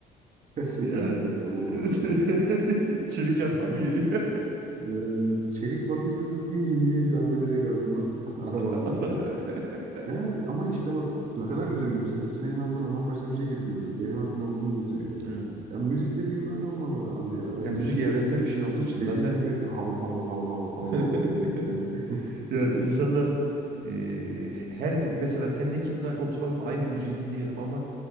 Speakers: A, on the right; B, on the right.
A: Gerçekten
B: Ya,
A: direkt arabamı hatırlatıyor.
B: evet. <laughs> Çelik çantam
A: <laughs>
B: mı geliyor?
A: Yani çelik bakışlı kız deyince niyeyse abi direkt aklıma <laughs> arabam
B: <laughs>
A: geliyor.
B: Ara-
A: Ya ama işte bak ne kadar güzel bir şey. mesela senin aklına bambaşka bir şey getiriyordur. Benim aklıma bunu getiriyor.
B: <laughs> Evet.
A: Ya müzik dediğim böyle olmalı abi ya
B: Ya
A: bence.
B: müzik evrensel bir şey olduğu için zaten
A: Dediğin gibi hav hav hav hav hav
B: <laughs>
A: hav diye yani. <laughs>
B: ya insanlar eee, her di- mesela seninle ikimiz aynı, oturalım aynı müziği dinleyelim ama